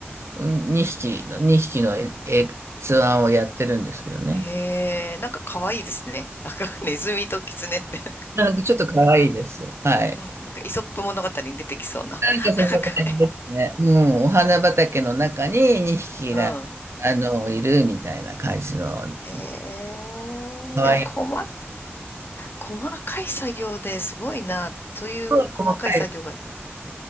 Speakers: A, on the right; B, on the left.
A: 2匹の、2匹の絵、つ図案をやってるんですけどね。
B: へえ、なんか可愛いですね。<laughs> なんか、ネズミとキツネって。
A: なんかちょっと可愛いです。はい。
B: うん、なんか、イソップ物語に出てきそうな。
A: なんかそんな感じですね。
B: なんかね、
A: うん、お花畑の中に2匹が、
B: うん。
A: あの、いるみたいな感じの、
B: へ
A: うんかわいい。
B: え、でも、細、細かい作業ですごいな、という細かい作業が
A: 細かい。